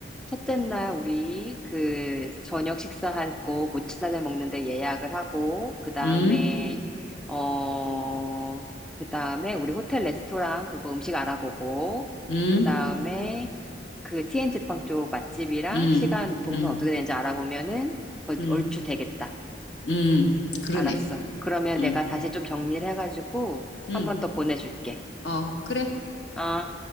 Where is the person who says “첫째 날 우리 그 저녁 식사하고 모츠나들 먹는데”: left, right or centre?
Centre